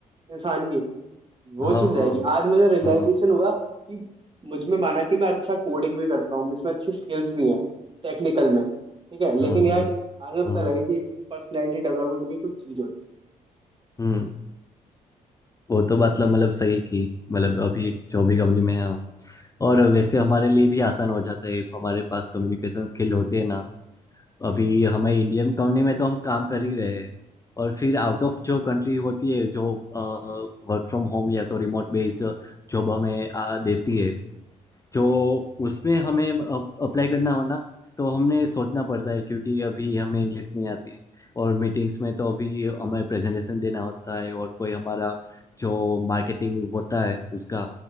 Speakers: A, on the right; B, on the left.
A: इंसान की वो
B: हाँ
A: चीज रहेगी
B: हाँ
A: आज मुझे रियलाइजेशन
B: हाँ
A: हुआ कि मुझ में माना कि मैं अच्छा कोडिंग भी करता हूँ मुझ में अच्छी स्किल्स भी हैं टेक्निकल में ठीक है लेकिन
B: हाँ हाँ,
A: यार आज मुझे
B: हाँ,
A: पता लगा कि पर्सनैलिटी डेवलपमेंट भी कुछ चीज होती है
B: हम्म वो तो मतलब मतलब सही की मतलब अभी एक जो भी कंपनी में है और वैसे हमारे लिए भी आसान हो जाता है if हमारे पास कम्युनिकेशन स्किल होती है ना अभी हमें इंडियन कंपनी में तो हम काम कर ही रहे हैं और फिर आउट ऑफ जो कंट्री होती है जो वर्क फ्रॉम होम या तो रिमोट बेस्ड जॉब हमें आ, देती है जो उसमें हमें अप्लाई करना हो ना तो हमने सोचना पड़ता है क्योंकि अभी हमें इंग्लिश नहीं आती और मीटिंग्स में तो अभी हमें प्रेजेंटेशन देना होता है और कोई हमारा जो मार्केटिंग होता है उसका